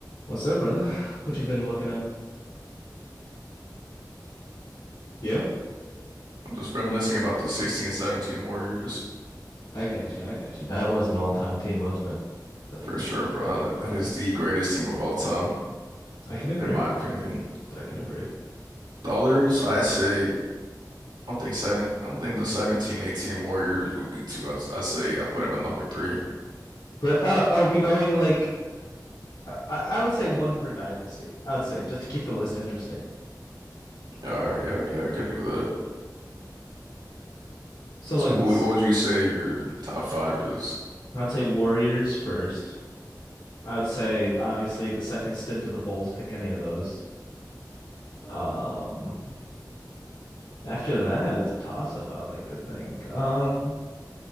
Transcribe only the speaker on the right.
I'm just reminiscing about the 16-17 Warriors
for
sure,
bro. That is the greatest team of all time,
in my opinion.
The others, I say, I don't think seven. I don't think the 17-18 Warriors would be two. I, I say I put them at number three.
Yeah, all right, yeah, yeah. We could do that.
So,
what,
what would you say your top five is,